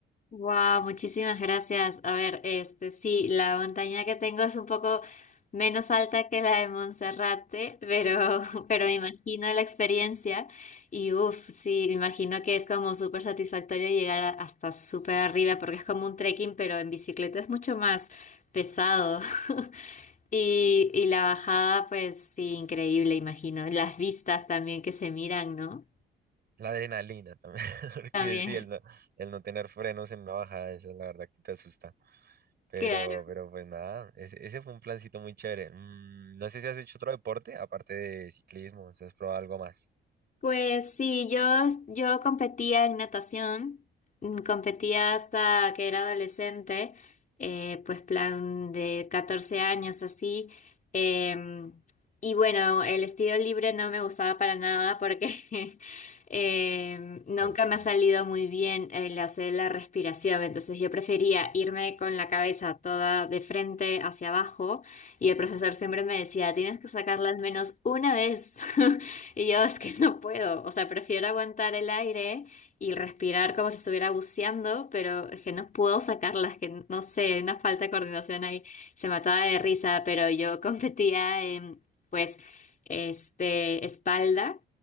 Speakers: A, on the left; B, on the right.
A: Wow, muchísimas gracias. A ver, este sí, la montaña que tengo es un poco menos alta que la de Monserrate, pero, <laughs> pero me imagino la experiencia y uff, sí, me imagino que es como súper satisfactorio llegar a- hasta súper arriba porque es como un trekking, pero en bicicleta es mucho más pesado. <laughs> Y, y la bajada, pues sí, increíble, imagino. Las vistas también que se miran, ¿no?
B: La adrenalina también, <laughs> porque
A: También,
B: sí, el no, el no tener frenos en una bajada, eso la verdad que te asusta. Pero,
A: <laughs> claro.
B: pero pues nada, ese, ese fue un plancito muy chévere. Mm, no sé si has hecho otro deporte, aparte de ciclismo, si has probado algo más.
A: Pues sí, yo, yo competía en natación, mm, competía hasta que era adolescente, eh, pues plan de 14 años así. em, y bueno, el estilo libre no me gustaba para nada porque <laughs> em, nunca
B: Porque...
A: me ha salido muy bien el hacer la respiración, entonces yo prefería irme con la cabeza toda de frente hacia abajo y el profesor siempre me decía, tienes que sacarla al menos una vez. <laughs> Y yo es que no puedo, o sea, prefiero aguantar el aire y respirar como si estuviera buceando, pero es que no puedo sacarlas, que no sé, hay una falta de coordinación ahí, se mataba de risa, pero yo <laughs> competía en, pues, este, espalda